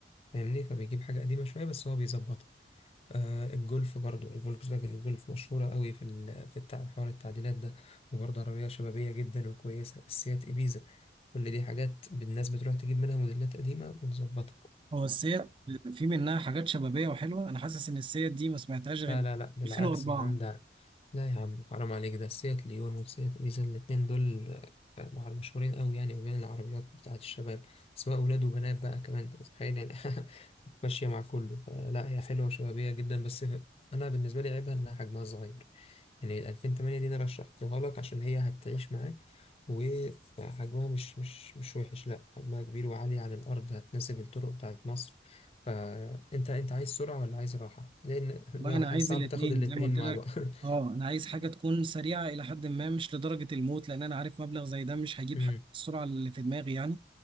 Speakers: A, on the left; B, on the right.
A: فاهمني فبيجيب حاجة قديمة شوية بس هو بيظبطها آه الجولف برضو الفولكس فاجن الجولف مشهورة قوي في ال- في التع- حوار التعديلات ده وبرضه عربية شبابية جدا وكويسة السيات إبيزا كل دي حاجات الناس بتروح تجيب منها موديلات قديمة وتظبطها
B: هو السيات في منها حاجات شبابيه وحلوه انا حاسس ان السيات دي ما سمعتهاش غير
A: لا لا لا بالعكس
B: 2004
A: يا عم ده لا يا عم حرام عليك ده سيات ليون وسيات إبيزا الاتنين دول آه، مع- مشهورين قوي يعني ما بين العربيات بتاعة الشباب سواء أولاد وبنات بقى كمان أنت متخيل يعني <laughs> ماشية مع كله لا هي حلوة وشبابية جدا بس أنا بالنسبة لي عيبها إنها حجمها صغير يعني 2008 دي انا رشحتها لك عشان هي هتعيش معاك وحجمها مش مش مش وحش لا حجمها كبير وعالي عن الارض هتناسب الطرق بتاعت مصر فانت انت عايز سرعة ولا عايز راحة لان بقى
B: والله انا عايز
A: صعب
B: الاثنين
A: تاخد الاتنين
B: زي ما قلت
A: مع
B: لك
A: بعض <laughs>
B: اه انا عايز حاجه تكون سريعه الى حد ما مش لدرجه الموت لان انا عارف مبلغ زي ده مش هجيب
A: امم
B: حاجه بالسرعه اللي في دماغي يعني